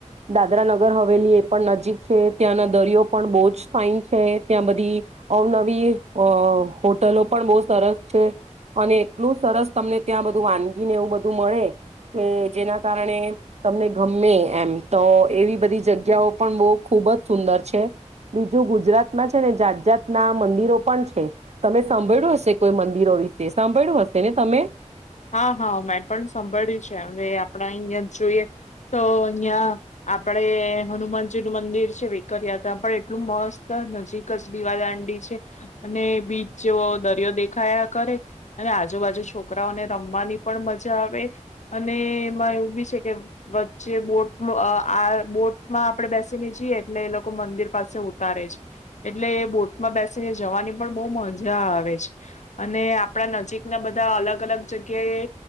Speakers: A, on the right; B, on the left.
A: દાદરા નગર હવેલી એ પણ નજીક છે ત્યાંના દરિયો પણ બહુ જ ફાઈન છે ત્યાં બધી અવનવી હોટલો પણ બહુ સરસ છે અને એટલું સરસ તમને ત્યાં બધું વાનગીને એવું બધું મળે કે જેના કારણે તમને ગમે એમ તો એવી બધી જગ્યાઓ પણ બહ ખુબ જ સુંદર છે બીજું ગુજરાતમાં છે ને જાત જાતના મંદિરો પણ છે તમે સાંભળ્યું હશે કોઈ મંદિરો વિશે સાંભળ્યું હશે ને તમે.
B: હા હા મેં પણ સાંભળ્યું છે આપડા અહં જોઈએ તો અહિયાં આપડે હનુમાનજી નું મંદિર છે વેકરયાત્રા પણ એટલું મસ્ત નજીક જ દીવાદાંડી છે અને બીચ જેવો દરિયો દેખાયા કરે અને આજુબાજુ છોકરાઓને રમવાની પણ મજા આવે અને એમાં એવું બી છે કે વચ્ચે બોટ આ બોટમાં આપણે બેસીને જઈએ એટલે એ લોકો મંદિર પાસે ઉતારે છે એટલે એ બોટમાં બેસીને જવાની પણ બહુ મજા આવે છે અને આપડા નજીકના બધા અલગ અલગ જગ્યાએ